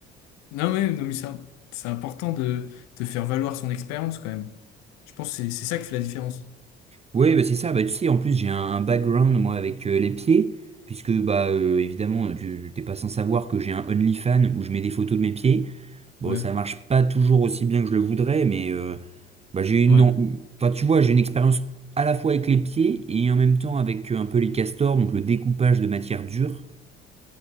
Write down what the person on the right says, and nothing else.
Ouais, bah, c'est ça, bah, tu sais, en plus, j'ai un, un background, moi, avec euh, les pieds, puisque, bah, euh, évidemment, tu t'es pas sans savoir que j'ai un OnlyFans où je mets des photos de mes pieds. Bon,
ça marche pas toujours aussi bien que je le voudrais, mais euh, bah, j'ai une,
en- enfin, tu vois, j'ai une expérience à la fois avec les pieds et en même temps avec euh, un peu les castors, donc le découpage de matière dure.